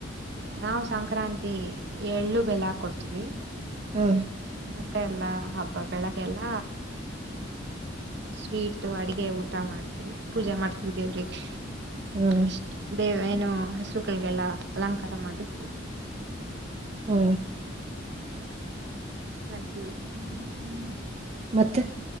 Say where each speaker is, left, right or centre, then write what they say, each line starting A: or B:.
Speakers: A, on the right; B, on the right.
A: ನಾವವು್ ಸಂಕ್ರಾಂತಿ ಏಳ್ಳು ಬೆಲ ಕೊಡ್ತೀವಿ
B: ಹ್ಮ
A: ಮತ್ತೆ ಎಲ್ಲಾ ಹಬ್ಬ ಬೆಳಗ್ಗೆಲ್ಲ ಸ್ವೀಟ್ ಅಡಗೆ ಊಟ ಮಾಡ್ತೀವಿ ಪೂಜೆ ಮಾಡ್ತೀವಿ ದೇವ್ರಿಗೆ,
B: ಹ್ಮ್
A: ಅಷ್ಟೇ. ದೇವ ಏನು ಹಸುಗಳಿಗೆಲ್ಲ ಅಲಂಕಾರ ಮಾಡಿ
B: ಹ್ಮ
A: <inaudible>
B: ಮತ್ತೆ